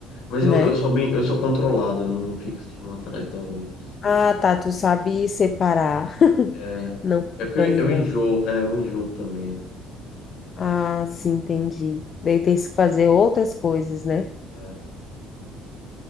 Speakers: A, on the left; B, on the left.
A: Mas
B: né?
A: eu, eu sou bem, eu sou controlado, eu não fico assistindo uma atrás da outra.
B: Ah, tá, tu sabe separar. <laughs>
A: É,
B: Não fica
A: é que eu,
B: ali,
A: eu
B: não.
A: enjoo, é, eu enjoo também, assim.
B: Ah, sim, entendi. Daí tem que fazer outras coisas, né?
A: É,